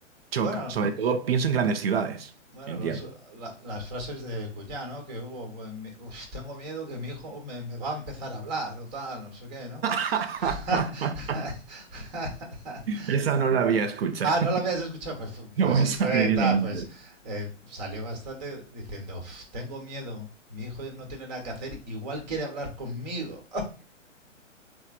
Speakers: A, on the right; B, on the right.
A: Choca.
B: Bueno,
A: Sobre todo pienso en grandes ciudades.
B: bueno,
A: Entiendo.
B: los, la- las frases de Cuñá, ¿no? Que hubo, bueno, mi- "Uf, tengo miedo que mi hijo me, me va a empezar a hablar o tal, no sé qué, ¿no?
A: <laughs>
B: <laughs>
A: Esa no la había escuchado.
B: Ah, no la habías
A: <laughs>
B: escuchado, pues, fu-
A: No,
B: pues
A: esa
B: fue
A: precisamente.
B: tal, pues eh, salió bastante diciendo, "Uf, tengo miedo, mi hijo no tiene nada que hacer, igual quiere hablar conmigo.